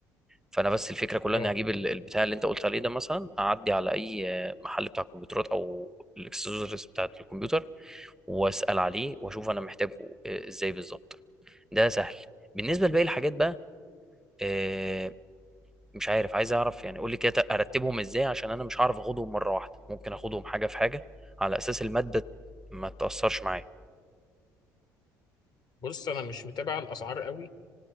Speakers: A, in the centre; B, on the left (about 45°).
A: فانا بس الفكره كلها
B: اه
A: اني هجيب ال- البتاع اللي انت قلت عليه ده مثلا اعدي على اي محل بتاع كمبيوترات او الاكسسوارز بتاعت الكمبيوتر واسال عليه واشوف انا محتاجه آه، ازاي بالظبط ده سهل بالنسبه لباقي الحاجات بقى آه، مش عارف عايز اعرف يعني قول لي كده ارتبهم ازاي عشان انا مش هعرف اخدهم مره واحده ممكن اخدهم حاجه في حاجه على اساس الماده ما تاثرش معايا
B: بص انا مش متابع الاسعار قوي